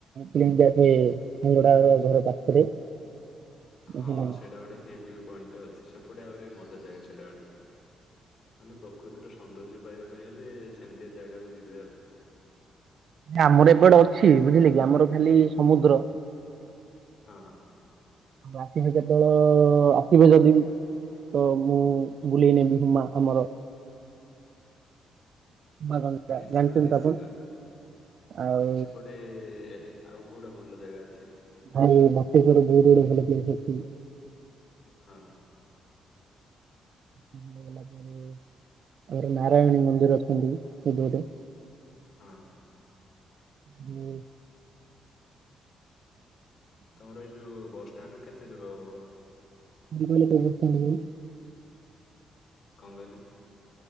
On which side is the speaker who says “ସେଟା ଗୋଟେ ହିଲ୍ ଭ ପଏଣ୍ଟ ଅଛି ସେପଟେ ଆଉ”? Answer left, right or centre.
Left